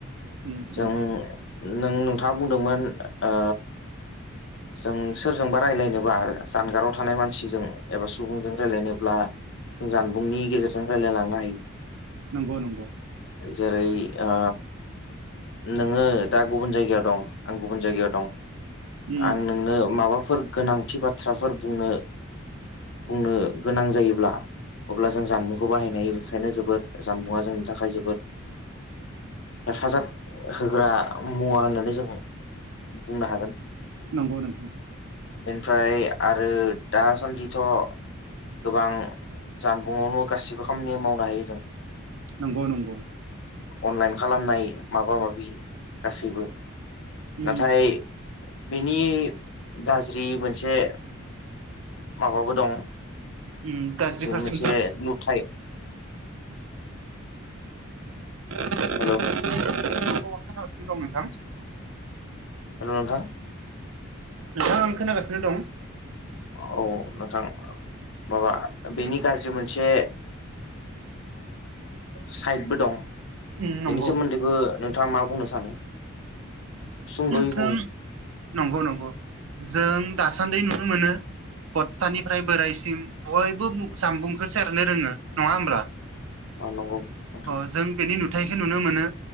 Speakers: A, on the right (about 80°); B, on the left (about 60°).
A: उम उम
B: जों नों नोंथाङा बुंदोंमोन ओ जों सोरजोंबा राय्लायनोबा जानगाराव थानाय मानसिजों एबा सुबुंजों रायलायनोब्ला जानबुंनि गेजेरजों रायलायलांनो हायो।
A: नंगौ नंगौ।
B: जेरै ओ नोङो दा गुबुन जायगायाव दं आं गुबुन जायगायाव दं।
A: उम
B: आं नोंनो माबाफोर गोनांथि बाथ्राफोर बुंनो बुंनो गोनां जायोब्ला अब्ला जों जानबुंखौ बाहायनाय बेखायनो जोबोर जानबुंङा जोंनि थाखाय जोबोर हेफाजाब होग्रा मुवा होननानै जों बुंनो हागोन।
A: नोंगौ नोंथां।
B: बेनिफ्राय आरो दासान्दिथ' गोबां जानबुंआवनो गासिबो खामानि मावनो हायो जों।
A: नंगौ नंगौ
B: अनलाइन खालामनाय माबा माबि गासैबो
A: उम
B: नाथाय बिनि गाज्रि मोनसे माबाबो दं
A: ओम गाज्रि फारसे
B: मोनसे नुथाय
A: <inaudible> <inaudible>
B: हेल'
A: मा खामगासिनो दं नोंथां। <inaudible>
B: हेल' नोंथां।
A: नोंथां आं खोनागासिनो दं।
B: औ नोंथां माबा बेनि गाज्रि मोनसे साइडबो दं।
A: उम नंगौ
B: बेनि सोमोन्दैबो नोंथाङा मा बुंनो सानो? सुंद'यै
A: जों
B: बुं
A: नंगौ नंगौ जों दासान्दि नुनो मोनो। गस्थानिफ्राय बोरायसिम बयबो जामबुंखौ सेरनो रोङो नङा होमब्ला?
B: नंगौ नोंथां
A: अ जों बेनि नुथायखौ नुनो मोनो